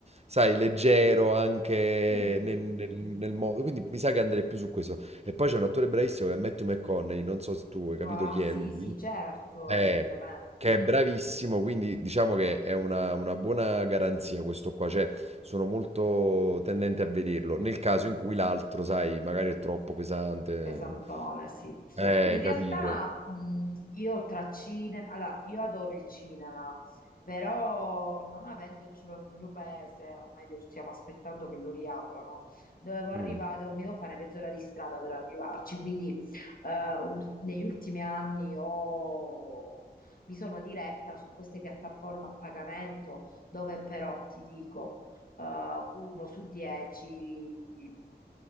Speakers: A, on the right; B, on the left.
A: sai, leggero anche
B: Mm.
A: nel, nel- nel modo, quindi mi sa che andrei più su questo. E poi c'è un attore bravissimo che è Matthew McConaughey, non so se tu hai capito
B: Ah,
A: chi è
B: sì,
A: lui,
B: sì, certo,
A: eh,
B: assolutamente.
A: che è bravissimo, quindi diciamo che è una, una buona garanzia questo qua, cioè sono molto tendente a vederlo, nel caso in cui l'altro, sai, magari è troppo pesante,
B: Pesantone, sì.
A: eh,
B: In realtà
A: capito,
B: mh, io tra cinema, allora io adoro il cinema, però non avendocelo nel mio paese, o meglio stiamo aspettando che lo riaprano, dovevo arrivare,
A: Mm.
B: devo, mi devo fare mezz'ora di strada per arrivarci, quindi eh, u- negli ultimi anni ho- mi sono diretta su queste piattaforme a pagamento dove però ti dico eh, uno su dieci